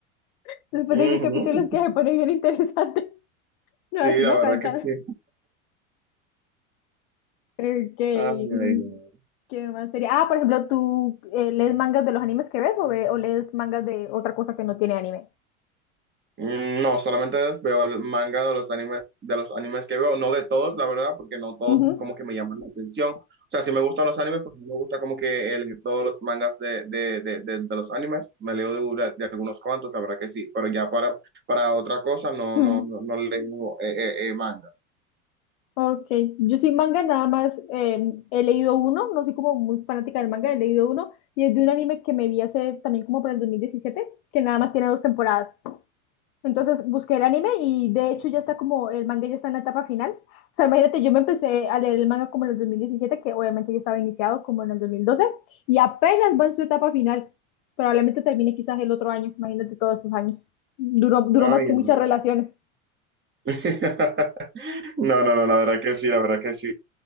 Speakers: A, on the left; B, on the right.
A: <laughs> después
B: Ujú.
A: de mil capítulos que se pone bien interesante. <laughs> No,
B: Sí,
A: así
B: la
A: no
B: verdad
A: canta.
B: que sí.
A: Ok.
B: Ay,
A: mm,
B: ay, ay.
A: ¿Qué más sería? Ah, por ejemplo, ¿tú eh, lees mangas de los animes que ves o, ve- o lees mangas de otra cosa que no tiene anime?
B: Mm, No, solamente veo el manga de los animes, de los animes que veo, no de todos, la verdad, porque no todos
A: Ujú,
B: como que me llaman la atención. O sea, si me gustan los animes, pues no me gusta como que eh, leer todos los mangas de, de, de, de, de los animes. Me leo de, una- de algunos cuantos, la verdad que sí, pero ya para, para otra cosa no,
A: ujú.
B: no, no, no leo eh, eh, eh, manga.
A: Ok, yo sí manga nada más eh, he leído uno, no soy como muy fanática del manga, he leído uno y es de un anime que me vi hace también como por el 2017, que nada más tiene dos temporadas. Entonces busqué el anime y de hecho ya está como el manga ya está en la etapa final. O sea, imagínate, yo me empecé a leer el manga como en el 2017, que obviamente ya estaba iniciado como en el 2012 y apenas va en su etapa final. Probablemente termine quizás el otro año, imagínate todos esos años. Duró, duró
B: Ay,
A: más que
B: ay,
A: muchas relaciones.
B: <laughs> No, no, no, la verdad que sí, la verdad que sí.